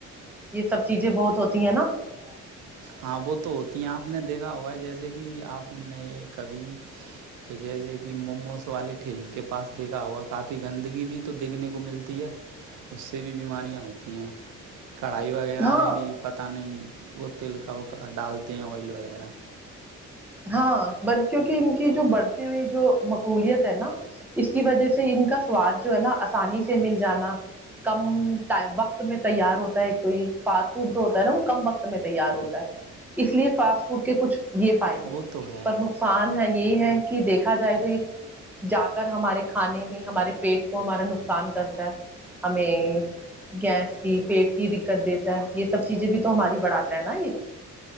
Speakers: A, in the centre; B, on the right (about 80°).
A: یہ سب چیزیں بہت ہو ت ہے نا <unintelligible>
B: ہاں وہ تو ہوتی ہیں آپ نے دیکھا ہوگا جیسے کہ آپ نے کبھی کہ جیسے کہ موموز والی ٹل کے پاس دیکھا ہوا کافی گندگی بھی تو دیکھنے کو ملتی ہے اس سے بھی بیماریاں ہوتی ہیں کڑھائی وغیرہ
A: ہاں
B: میں بھی پتہ نہیں وق <unintelligible> تل کا وہ کا ڈالتے ہیں آئل وغیرہ
A: ہاں ب کیونکہ ان کی جو بڑھتی ہوئی جو مقبولیت ہے نا اس کی وجہ سے ان کا سواد جو ہے نا آسانی سے مل جانا کم ٹ وقت میں تیار ہوتا ہے ایک تو یہ فاسٹ فڈ جو ہوتا ہے نا وہ کم وقت میں تیار ہوتا ہے اس لیے فاسٹ فوڈ کے کچھ یہ فائد پر
B: وہ تو ہے
A: نقصان ہے یہ ہے کہ دیکھا جائے تو یہ جا کر ہمارے کھانے میں ہمارے پیٹ کو ہمارا نقصان کرتا ہے ہمیں گیس کہ پیٹ کی دقت دیتا ہے یہ سب چیزیں بھی تو ہماری بڑھاتا ہے نا یہ